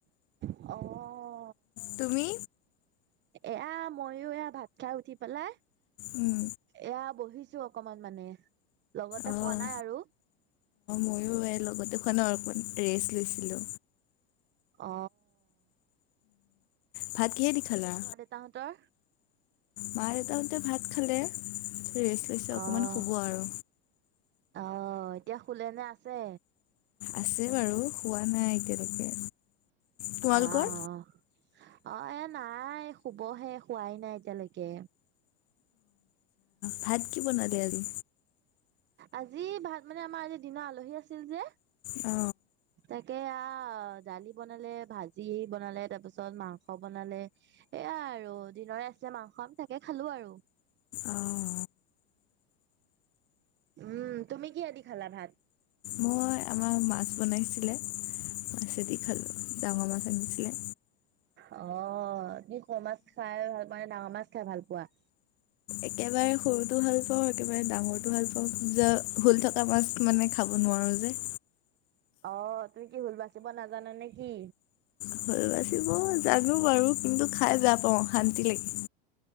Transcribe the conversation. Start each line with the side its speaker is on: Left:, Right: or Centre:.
Right: অ
Left: তুমি
Right: এয়া ময়ো এইয়া ভাত খাই উঠি পেলাই
Left: উম
Right: এয়া বহিছো অকণমান মানে লগতে
Left: অঁ
Right: হোৱা নাই আৰু
Left: ময়ো এই লগতে খোৱা ন অকণমান ৰেষ্ট লৈছিলো
Right: অ
Left: ভাত কিহে দি খালা
Right: তহঁতৰ
Left: মা দেউতাহঁতে ভাত খালে ৰেষ্ট লৈছে অকণমান
Right: অঁ
Left: শুব আৰু
Right: অঁ এতিয়া শুলেনে আছে
Left: আছে বাৰু হোৱা নাই এতিয়ালৈকে তোমালোকৰ
Right: আ অ অ এ নাই শুবহে হোৱাই নাই এতিয়ালৈকে
Left: ভাত কি বনালে আজি
Right: আজি ভাত মানে আমাৰ আজি দিনত আলহী আছিল যে
Left: অ
Right: তাকে আ দালি বনালে ভাজি বনালে তাৰ পিছত মাংস বনালে এয়াই আৰু দিনৰে আছিলে মাংস আমি তাকে খালো আৰু
Left: অঁ
Right: উম তুমি কিহেদি খালা ভাত
Left: মই আমাৰ মাছ বনাইছিলে মাছে দি খালোঁ ডাঙৰ মাছ আনিছিলে
Right: অ তুমি সৰু মাছ খাই ভাল পোৱা নে ডাঙৰ মাছ খাই ভাল পোৱা
Left: একেবাৰে সৰুতো ভাল পাওঁ একেবাৰে ডাঙৰটো ভাল পাওঁ যে হোল থকা মাছ মানে খাব নোৱাৰোঁ যে
Right: অ তুমি কি হোল বাচিব নাজানা নেকি
Left: হোল বাচিব জানো বাৰু কিন্তু খাই বেয়া পাওঁ অশান্তি লাগে